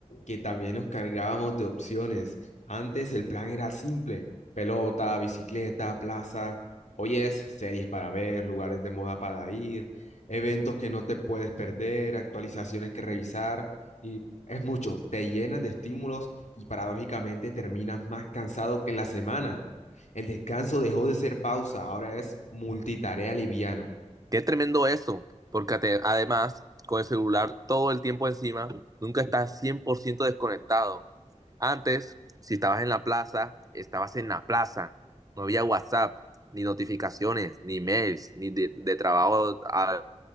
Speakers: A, on the left; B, on the right.
A: que también nos cargábamos de opciones. Antes el plan era simple: pelota, bicicleta, plaza. Hoy es series para ver, lugares de moda para ir, eventos que no te puedes perder, actualizaciones que revisar. Y es mucho, te llenan de estímulos y paradójicamente terminas más cansado que en la semana. El descanso dejó de ser pausa, ahora es multitarea liviana.
B: Qué tremendo eso, porque ate- además con el celular todo el tiempo encima, nunca estás 100% desconectado. Antes, si estabas en la plaza, estabas en la plaza. No había WhatsApp, ni notificaciones, ni mails, ni de, de trabajo al,